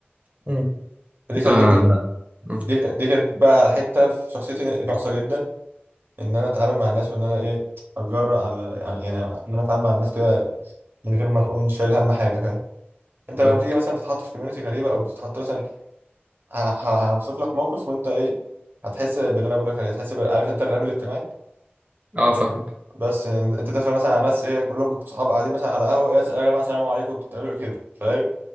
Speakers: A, on the right; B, on the right.
A: مم.
B: فدي خلتني
A: ده ده- مم.
B: دي دي كانت بقى على حته في شخصيتي ناقصه جدا ان انا اتعامل مع الناس وان انا ايه اتجرأ على يعني يعني ان انا اتعامل مع الناس كده من غير ما اكون شايل هم حاجه فاهم انت
A: فاهمك
B: لما تيجي مثلا تتحط في كوميونتي غريبه او تتحط مثلا ه- ه- هوصف لك موقف وانت ايه هتحس باللي انا بقول لك عليه هتحس بال- عارف انت الرهاب الاجتماعي
A: اه فاهمك
B: بس انت داخل مثلا على ناس ايه كلهم صحاب قاعدين مثلا على قهوه ايه يا جماعه السلام عليكم انتوا بتعملوا ايه كده فاهم